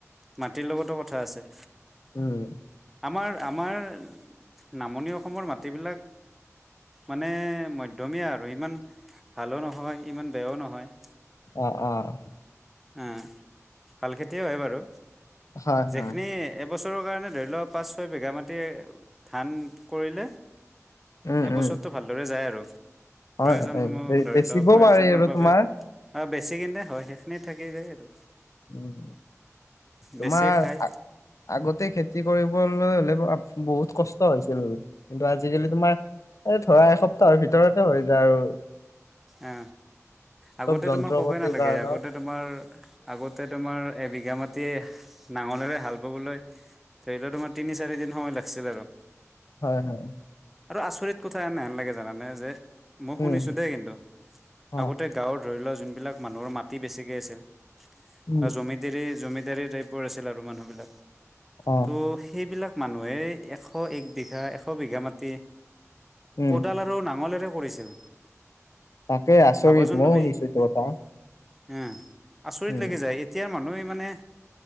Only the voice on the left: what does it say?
উম,
অ অ,
হয়
হয়
উম
উম
হয়
হয়, বে
বেচিব
পাৰি আৰু
তোমাৰ
উম
তোমাৰ
আগতে খেতি কৰিবলৈ হ'লে বহুত কষ্ট হৈছিল। কিন্তু আজি আজিকালি তোমাৰ এই ধৰা এসপ্তাহৰ ভিতৰতে হৈ যায় আৰু।
চব যন্ত্ৰ
পাতিৰ
কাৰণত
হয় হয়।
উম
অ
উম
অ
উম
তাকে আচৰিত
মইও
শুনিছো
এইটো কথা
উম